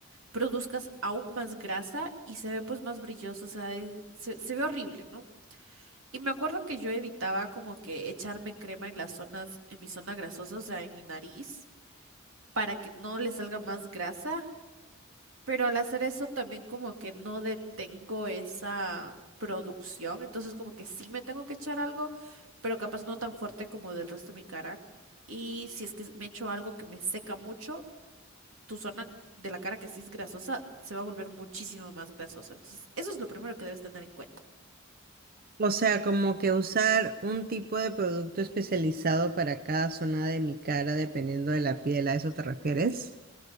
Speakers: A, on the right; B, on the right.
A: produzcas aún más grasa y se ve pues más brilloso, o sea, es- se, se ve horrible, ¿no? Y me acuerdo que yo evitaba como que echarme crema en las zonas, en mi zona grasosa, o sea, en mi nariz, para que no le salga más grasa, pero al hacer eso también como que no detengo esa producción, entonces como que sí me tengo que echar algo, pero capaz no tan fuerte como del resto de mi cara. Y si es que me echo algo que me seca mucho, tu zona de la cara que sí es grasosa se va a volver muchísimo más grasosa. Entonces, eso es lo primero que debes tener en cuenta.
B: O sea, como que usar un tipo de producto especializado para cada zona de mi cara dependiendo de la piel, ¿a eso te refieres?